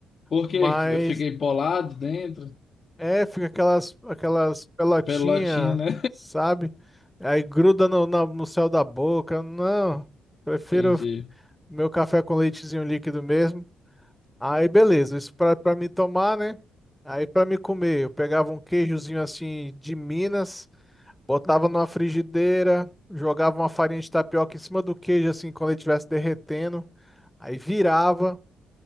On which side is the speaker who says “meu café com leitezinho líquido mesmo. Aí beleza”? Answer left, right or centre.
Centre